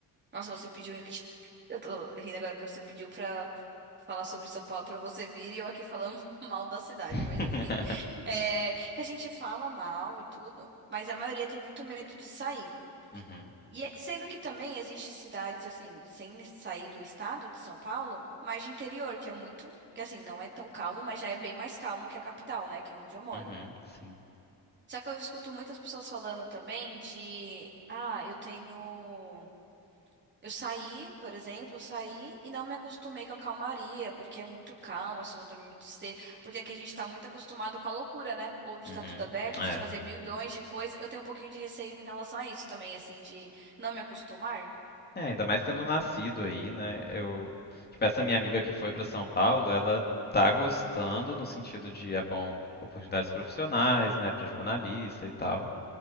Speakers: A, on the right (about 25°); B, on the left (about 25°).
A: Nossa, você pediu. <laughs> Eu tô rindo agora que você pediu pra falar sobre São Paulo pra você vir e eu aqui falando <laughs> mal da cidade,
B: <laughs>
A: mas enfim. É, que a gente fala mal e tudo, mas a maioria tem muito medo de sair.
B: Uhum.
A: E é- sendo que também existem cidades assim, sem sair do estado de São Paulo, mas de interior, que é muito, que assim, não é tão calmo, mas já é bem mais calmo que a capital, né, que é onde eu moro.
B: Uhum. Sim.
A: Só que eu escuto muitas pessoas falando também de, ah, eu tenho eu saí, por exemplo, eu saí e não me acostumei com a calmaria, porque é muito calma, se eu não dormir muito cedo, porque aqui a gente tá muito acostumado com a loucura, né? Ou de
B: Uhum.
A: estar tudo aberto, de
B: É.
A: fazer milhões de coisas. Eu tenho um pouquinho de receio em relação a isso também, assim, de não me acostumar.
B: É, ainda mais tendo nascido aí, né? Eu, tipo, essa minha amiga que foi para São Paulo, ela tá gostando no sentido de é bom oportunidades profissionais, né, para jornalista e tal.